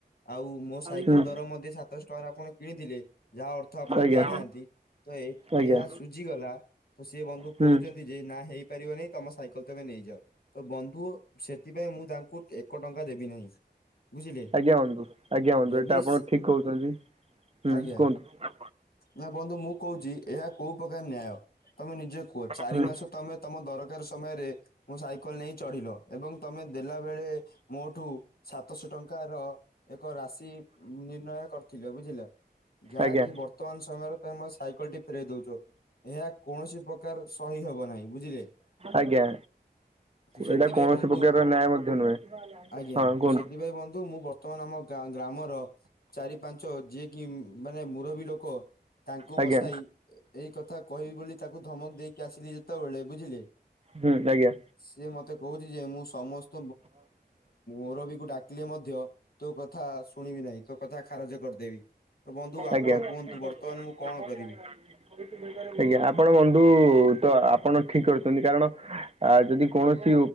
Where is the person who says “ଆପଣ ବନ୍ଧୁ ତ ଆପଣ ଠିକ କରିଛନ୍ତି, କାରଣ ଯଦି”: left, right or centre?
Right